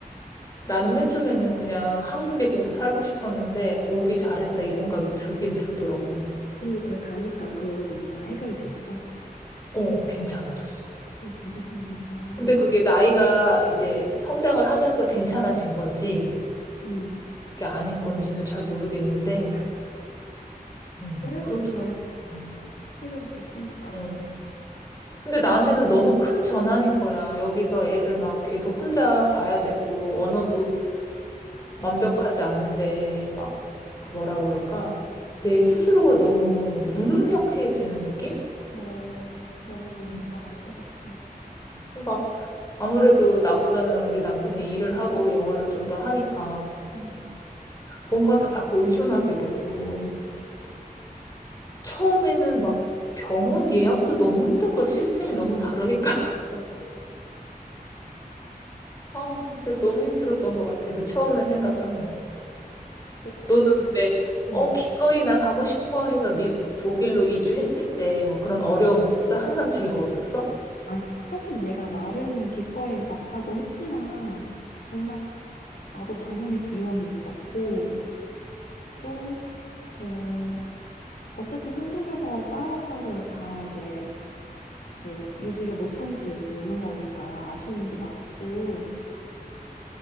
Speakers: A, on the left; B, on the left.
A: 나는 맨 처음에는 그냥 한국에 계속 살고 싶었는데 오기 잘했다 이 생각이 들긴 들더라고.
B: 그리고 거기 가니까 그 문제가 해결이 됐어.
A: 어, 괜찮아졌어.
B: 어, 되게 신기하다.
A: 근데 그게 나이가 이제 성장을 하면서 괜찮아진 건지,
B: 음.
A: 그게 아닌 건지는 잘 모르겠는데,
B: 어,
A: 음,
B: 그래도
A: 그렇더라고.
B: 잘
A: 음.
B: 해결이 됐으니까.
A: 음. 근데 나한테는 너무 큰 전환인 거야. 여기서 애를 막 계속 혼자 봐야 되고,
B: 그치.
A: 언어도
B: 어,
A: 완벽하지 않은데, 막, 그 뭐라 그럴까? 내 스스로가 너무 무능력해지는 느낌?
B: 어, 너무 뭔지
A: 음.
B: 잘 알 것 같아.
A: 음. 막, 아무래도 나보다는 우리 남편이 일을 하고 영어를 좀 더 하니까,
B: 음.
A: 뭔가 다 자꾸 의존하게 되고, 처음에는 막 병원 예약도 너무 힘든 거 시스템이 너무 다르니까 <laughs>
B: 어,
A: 아 진짜 너무 힘들었던 것 같아 그 처음에 생각하면
B: 어,
A: 너는 그때
B: 그렇고.
A: 어 기꺼이 나 가고 싶어 해서 미, 독일로 이주했을 때 뭐 그런 어려움 없었어? 항상 즐거웠었어?
B: 아니, 사실 내가 말은 기꺼이 왔다고 했지만, 정말 나도 당연히 두려움이 있었고, 또, 어, 어쨌든 한국에서 쌓아왔던 거를 다 이제 뭐 유지를 못한 채 여기 오는 거니까 아쉬움도 많았고,